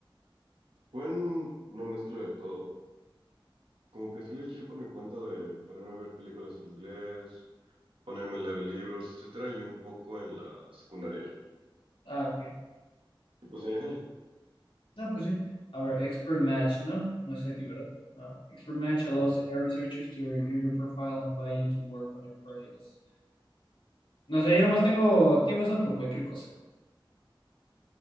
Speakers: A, on the right; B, on the left.
A: buen, una mezcla de todo. Como que sí le eché por mi cuenta de ponerme a ver películas en inglés, ponerme a leer libros, etcétera, y un poco en la secundaria.
B: Ah, ok.
A: Y pues en el jale.
B: No, pues sí. A ver, Expert Match, ¿no? No sé aquí, ¿verdad? No. Expert Match allows
A: Mm,
B: AI researchers to review your profile and invite you to work on their projects. No sé, yo nomás tengo activo eso por cualquier cosa.